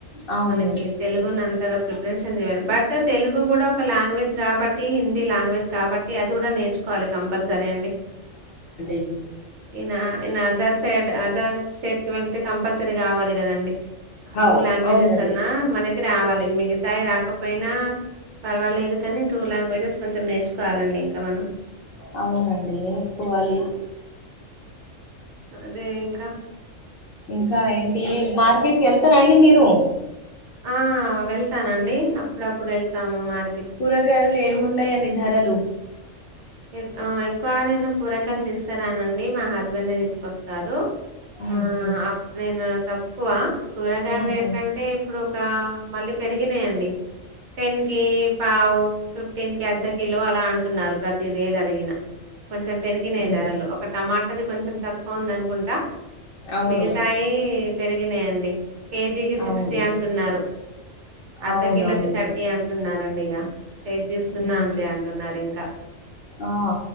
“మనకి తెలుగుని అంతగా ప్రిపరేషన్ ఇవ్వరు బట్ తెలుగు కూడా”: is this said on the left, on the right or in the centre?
Right